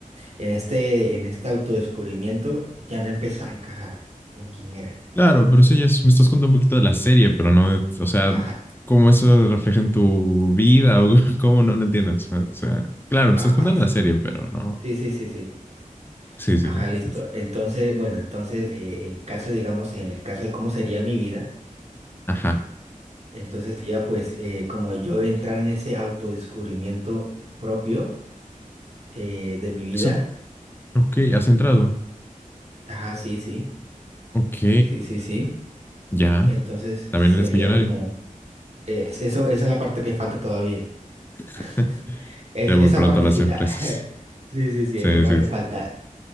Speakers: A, on the right; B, on the left.
A: en este, en este autodescubrimiento ya no empezaba a encajar con quién era.
B: Claro, pero eso ya es- me estás contando un poquito de la serie, pero no, de- o sea,
A: Ajá,
B: cómo eso refleja en tu vida o <laughs> cómo no, no entiendes. O sea, claro, me
A: ajá,
B: estás contando
A: sí, sí.
B: la serie, pero no.
A: Sí, sí, sí, sí.
B: Sí, sí.
A: Ajá,
B: es-
A: listo.
B: es-
A: Entonces, bueno, entonces, eh, en caso, digamos, en el caso de cómo sería mi vida,
B: Ajá.
A: entonces sería pues eh, como yo entrar en ese autodescubrimiento propio eh, de mi vida.
B: Eso- ok, has entrado.
A: Ajá, sí, sí,
B: Ok,
A: sí, sí, sí.
B: ya.
A: Entonces
B: También
A: sería
B: eres millonario.
A: como, eh, eso, esa es la parte que falta todavía. <laughs>
B: <laughs>
A: Es-
B: Ya muy
A: esa
B: pronto
A: partecita.
B: las empresas.
A: <laughs> Sí, sí, sí,
B: Sí,
A: esa parte
B: sí, sí,
A: falta.